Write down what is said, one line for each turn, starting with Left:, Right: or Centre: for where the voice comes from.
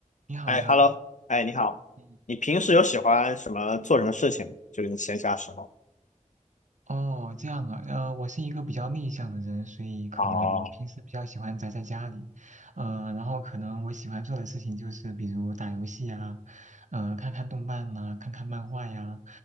Right: 你好呀，
Left: 哎，Hello，哎，你好，
Right: 嗯，
Left: 你平时有喜欢什么做什么事情吗？就是你闲暇时候。
Right: 哦，这样啊，呃，我是一个比较内向的人，所以可能平时比较喜欢宅在家里，
Left: 哦，
Right: 呃，然后可能我喜欢做的事情就是比如打游戏呀，呃，看看动漫呐、看看漫画呀，